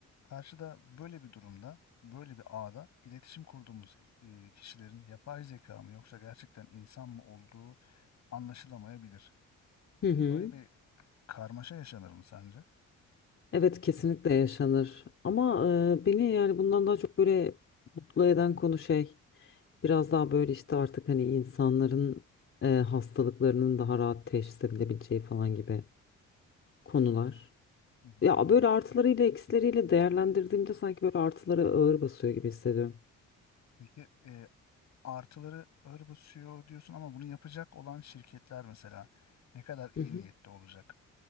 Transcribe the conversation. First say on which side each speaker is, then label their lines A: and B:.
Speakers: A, on the left (about 65°); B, on the left (about 45°).
A: karşıda böyle bir durumda, böyle bir ağda iletişim kurduğumuz e, kişilerin yapay zeka mı yoksa gerçekten insan mı olduğu anlaşılamayabilir.
B: Hı hı.
A: Böyle bir karmaşa yaşanır mı sence?
B: Evet kesinlikle yaşanır. Ama e, beni yani bundan daha çok böyle mutlu eden konu şey biraz daha böyle işte artık hani insanların e, hastalıklarının daha rahat teşhis edilebileceği falan gibi konular.
A: Hı hı.
B: Ya böyle artılarıyla eksileriyle değerlendirdiğimde sanki böyle artıları ağır basıyor gibi hissediyorum.
A: Peki e, artıları ağır basıyor diyorsun ama bunu yapacak olan şirketler mesela ne kadar iyi
B: Hı hı.
A: niyetli olacak?